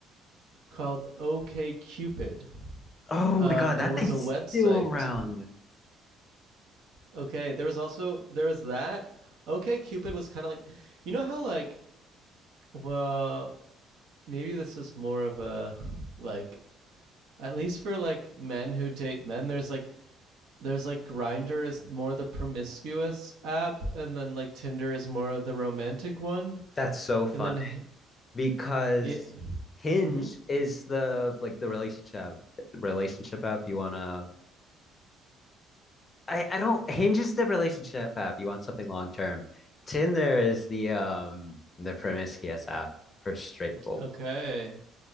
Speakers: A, on the right (about 70°); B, on the left (about 25°).
A: called OKCupid,
B: Oh
A: um,
B: my God,
A: and
B: that
A: it
B: Um,
A: was
B: thing's
A: a website.
B: still around.
A: Okay, there was also there was that. OKCupid was kind of like, you know how like, well, maybe this is more of a like, at least for like men who date men. There's like there's like Grindr is more the promiscuous app, and then like Tinder is more the romantic one,
B: That's so funny
A: and then
B: because
A: yeah,
B: Hinge
A: mm-hmm.
B: is the like the relationship relationship app you want to. I, I don't Hinge is the relationship app. You want something long term. Tinder is the um the promiscuous app for straight folk.
A: okay.